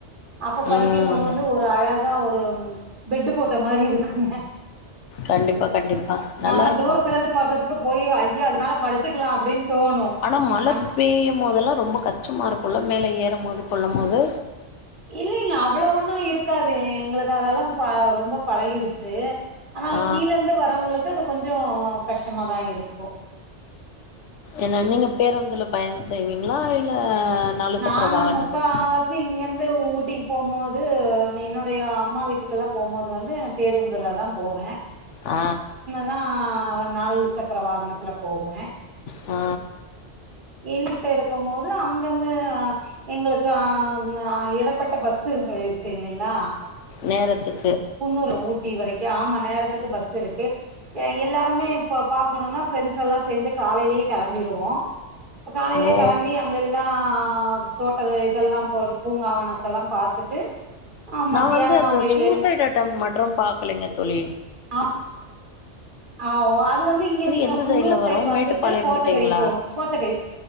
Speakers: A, on the right; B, on the left.
A: அப்ப பறிக்கும்போது
B: ம்
A: வந்து ஒரு அழ கா ஒரு பெட்டு் போட்ட மாரி இருக்குங்க
B: கண்டிப்பா கண்டிப்பா நல்லாருக்கு
A: நம்ம தூரத்துல இருந்து பாக்கரதுக்கு போயி அய்யா அது மேல படுத்துக்கலா அப்டின்னு தோணு
B: ஆனா மழ
A: அந்த
B: பெய்யம் போதெல்லா ரொம்ப கஷ்டமாக இருக்குல்ல மேல ஏறும் போது கொள்ளம் போது
A: இல்லைங்க அவ்ளோ ஒண்ணு இருக்காதே எங்களுக்கு அதெல்லா ப ரொம்ப பழகிடுச்சு ஆனா
B: ஆ
A: கீழ இருந்து வரவுங்களுக்கு அது கொஞ்சோ கஷ்டமாதா இருக்கு
B: என்ன நீங்க பேருந்துல பயணோ செய்வீங்களா இல்ல நாலு
A: நானு
B: சக்கர வாகனத்தில்
A: முக்கா வாசி இங்க இருந்து ஊட்டிக்கு போம்போது என்னுடைய அம்மா வீட்டுக்கெல்லா போம்போது வந்து பேருந்துல தா போவ
B: அ
A: னா நாலு சக்கர வாகனத்துல போவ
B: ஆ
A: எங்ககிட்ட இருக்கும் போது அங்கந்து எங்களுக்கு அ அ இடப்பட்ட பஸ்ஸு இருக்கு இருக்கு இல்லலைங்களா
B: நேரத்துக்கு
A: குண்ணூரு ஊட்டி வரைக்கு ஆமா நேரத்துக்கு பஸ் இருக்கு எல்லாருமே இப்ப பாக்கணும்னா ஃப்ரெண்ட்ஸ் எல்லா சேர்ந்து காலையிலயே கிளம்பிடுவோ இப்ப காலையிலயே
B: ஓ
A: கிளம்பி அங்க எல்லா தோட்ட இதெல்லா போடு பூங்காவன இதுதெல்லா பாத்துட்டு ஆ
B: நா
A: மத்தியானோ
B: வந்து அந்த
A: வெளிய
B: சூசைடு் அட்டம் மற்றும் பாக்கலங்க தோழி
A: ஆ ஆ அது வந்து இங்க நீங்க
B: எந்த
A: குன்னூர்
B: சைட்ல
A: சைடு
B: வரு
A: வந்துட்டு
B: மேட்டுப்பாளையம்
A: கோத்தகிர
B: கிட்டீங்களா
A: போகணு கோத்தகிர